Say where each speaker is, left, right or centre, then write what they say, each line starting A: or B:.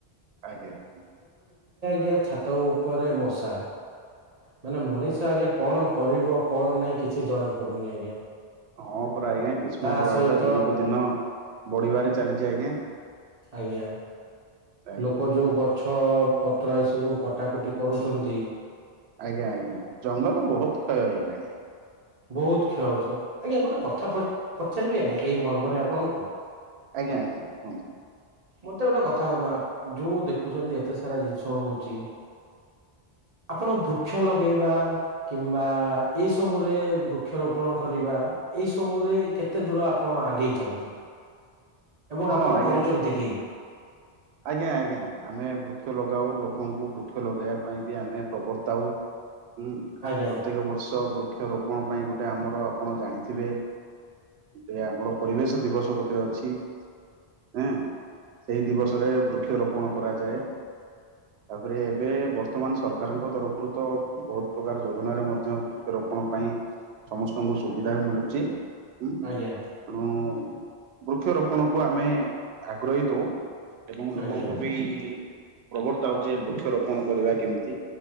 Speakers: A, on the right; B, on the right.
A: ଆଜ୍ଞା ଆଜ୍ଞା।
B: ଯେ ଛାତ ଉପରେ ମଶା ମାନେ ମଣିଷ ଆଜ୍ଞା କଣ କରିବ କଣ ନାହିଁ କିଛି ଜଣାପଡ଼ୁନି ଆଜ୍ଞା।
A: ହଁ ପୁରା ଆଜ୍ଞା ଗ୍ରୀଷ୍ମ
B: ତା
A: ପ୍ରଭାବଟା
B: ସହିତ
A: ଦିନକୁ ଦିନ ବଢିବାରେ ଚାଲିଛି ଆଜ୍ଞା।
B: ଆଜ୍ଞା
A: ଆଜ୍ଞା
B: ଲୋକ ଯୋଉ ଗଛ ଗଛପତ୍ର ଏସବୁ କଟାକୁଟି କରୁଛନ୍ତି
A: ଆଜ୍ଞା ଆଜ୍ଞା ଜଙ୍ଗଲ ବହୁତ କ୍ଷୟ ହେଇଗଲାଣି।
B: ବହୁତ କ୍ଷୟ ହଉଛେ ଆଜ୍ଞା ଗୋଟେ କଥା ପଚାରିବି ଆଜ୍ଞା ଏଇ ମର୍ମରେ ଆପଣଙ୍କୁ
A: ଆଜ୍ଞା ଆଜ୍ଞା କୁହନ୍ତୁ
B: ମତେ ଗୋଟେ କଥା କୁହନ୍ତୁ ଯୋଉ ଦେଖୁଛନ୍ତି ଏତେ ସାରା ଜିନିଷ ହଉଛି ଆପଣ ବୃକ୍ଷ ଲଗେଇବା କିମ୍ବା ଏଇ ସବୁରେ ବୃକ୍ଷରୋପଣ କରିବା ଏଇ ସବୁରେ କେତେ ଦୂର ଆପଣ ଆଗେଇଛନ୍ତି? ଏବଂ
A: ହଁ
B: ଆପଣ
A: ଆଜ୍ଞା
B: କରୁଛନ୍ତି କି?
A: ଆଜ୍ଞା ଆଜ୍ଞା ଆମେ ବୃକ୍ଷ ଲଗାଉ, ଲୋକଙ୍କୁ ବୃକ୍ଷ ଲଗେଇବା ପାଇଁ ବି ଆମେ ପ୍ରବର୍ତ୍ତାଉ। ହୁଁ
B: ଆଜ୍ଞା
A: ପ୍ରତ୍ୟେକ ବର୍ଷ ବୃକ୍ଷ ରୋପଣ ପାଇଁ ଗୋଟେ ଗୋଟେ ଆମର ଆପଣ ଜାଣିଥିବେ ଯେ ଆମର ପରିବେଶ ଦିବସ ଗୋଟେ ଅଛି ହୁଁ ସେଇ ଦିବସ ବୃକ୍ଷରୋପଣ କରାଯାଏଁ ତାପରେ ଏବେ ବର୍ତ୍ତମାନ ସର ସରକାରଙ୍କ ତରଫରୁ ତ ବହୁତ ପ୍ରକାର ଯୋଜନାରେ ମଧ୍ୟ ବୃକ୍ଷରୋପଣ ପାଇଁ ସମସ୍ତଙ୍କୁ ସୁବିଧା ବି ମିଳୁଛି। ହୁଁ
B: ଆଜ୍ଞା।
A: ତେଣୁ ବୃକ୍ଷରୋପଣକୁ ଆମେ ଆଗ୍ରହୀ ଦଉ ଏବଂ ଲୋକଙ୍କୁ
B: ଆଜ୍ଞା
A: ବି ପ୍ରବର୍ତ୍ତାଉ ହଉଛି ବୃକ୍ଷରୋପଣ କରିବା କେମିତି।